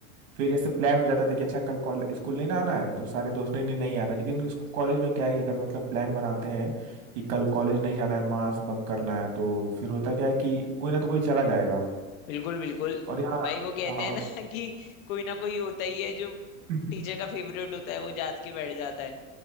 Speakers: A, on the right; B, on the left.
A: फिर जैसे प्लान हो जाता था कि अच्छा कल कॉलेज स्कूल नहीं ना आना है तो सारे दोस्त ने नहीं, नहीं आना लेकिन कॉलेज में क्या है कि अगर मतलब प्लान बनाते हैं कि कल कॉलेज नहीं जाना है मास बंक करना है तो फिर होता क्या है कि कोई ना तो कोई चला जाएगा
B: बिल्कुल बिल्कुल
A: और यहाँ
B: भाई वो कहते
A: हाँ
B: हैं
A: और
B: ना <laughs> कि कोई ना कोई होता ही है जो
A: <laughs>
B: टीचर का फेवरेट होता है वो जात के बैठ जाता है